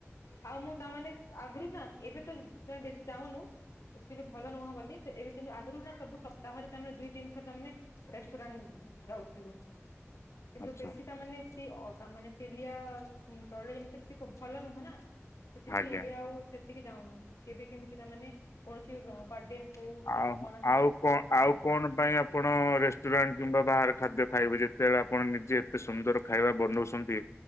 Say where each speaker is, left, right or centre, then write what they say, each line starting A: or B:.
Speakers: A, on the left; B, on the left.
A: ଆଉ ମୁଁ ତାମାନେ ଆଗରୁ ନାଁ ଏବେ ତମେ ବେଶି ଯାଉନୁ ଏଥିରେ ଭଲ ନୁହଁବୋଲି। ଏବେ କିନ୍ତୁ ଆଗରୁ ନାଁ ସବୁ ସପ୍ତାହରେ ତା ମାନେ ଦୁଇ ତିନିଥର ତା ମାନେ ରେଷ୍ଟୁରାଣ୍ଟ ଯାଉଥିଲୁ। କିନ୍ତୁ
B: ଆଚ୍ଛା
A: ବେଶୀ ତା ମାନେ ସେ ତା ମାନେ ତେଲିଆ ତୈଳ ଯେମିତି ସେ ଭଲ ନୁହଁ ନାଁ ସେଥିପାଇଁ
B: ଆଜ୍ଞା।
A: ଏବେ ଆଉ ସେତିକି ଯାଉନୁ କେବେ କେମିତି ତାମାନେ କୌଣସି ବାର୍ଥଡେ ହଉ
B: ଆଉ
A: କି କଣ ହେଲା
B: ଆଉ
A: ଖାଲି
B: କଣ ଆଉ
A: ଆଣି
B: କଣ
A: ଆସୁ।
B: ପାଇଁ ଆପଣ ରେଷ୍ଟୁରାଣ୍ଟ କିମ୍ବା ବାହାର ଖାଦ୍ୟ ଖାଇବୁ ଯେତେବେଳେ ଆପଣ ନିଜେ ଏତେ ସୁନ୍ଦର ଖାଇବା ବନଉଛନ୍ତି